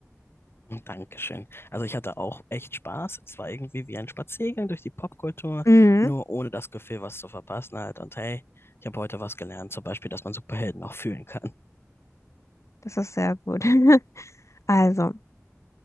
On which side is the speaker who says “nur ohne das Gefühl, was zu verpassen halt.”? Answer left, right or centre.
Left